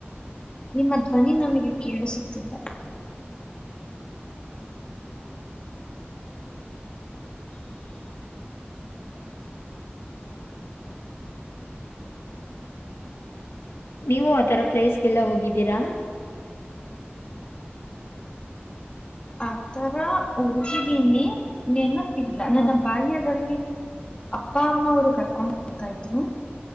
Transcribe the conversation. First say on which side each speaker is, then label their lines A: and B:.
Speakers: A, on the left; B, on the left.
A: ನಿಮ್ಮ ಧ್ವನಿ ನನಗೆ ಕೇಳಿಸುತ್ತಿಲ್ಲ
B: ನೀವು ಆತರ ಪ್ಲೇಸ್ಗೆಲ್ಲ ಹೋಗಿದ್ದೀರಾ
A: ಆತರ ಹೋಗಿದ್ದೀನಿ ನೆನಪಿಲ್ಲ ನನ್ನ
B: ಹಾ
A: ಬಾಲ್ಯದಲ್ಲಿ ಅಪ್ಪ ಅಮ್ಮ ಅವರು ಕರ್ಕೊಂಡ್ ಹೋಗರ್ತಾ ಇದ್ರು